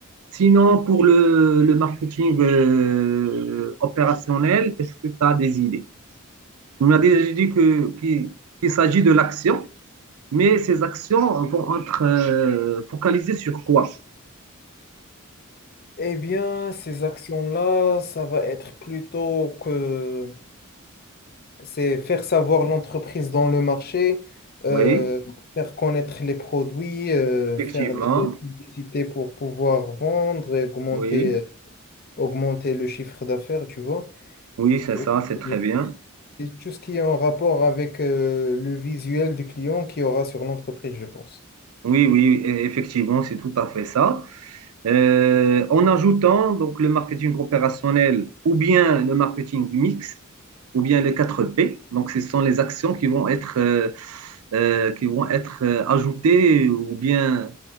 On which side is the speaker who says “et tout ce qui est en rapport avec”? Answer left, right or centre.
Left